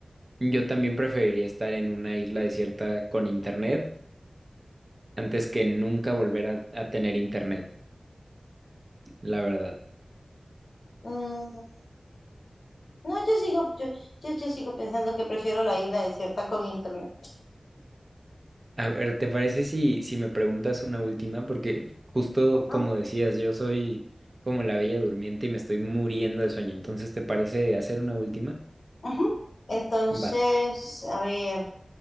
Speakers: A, on the right; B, on the left.
A: yo también preferiría estar en una isla desierta con internet antes que nunca volver a, a tener internet, la verdad.
B: Mm. No, yo sigo, yo, yo, yo sigo pensando que prefiero la isla desierta con internet,
A: A ver, ¿te parece si, si me preguntas una última? Porque justo
B: ¿no?
A: como decías, yo soy como la bella durmiente y me estoy muriendo de sueño. Entonces, ¿te parece hacer una última?
B: Ujú. Entonces,
A: Va.
B: a ver,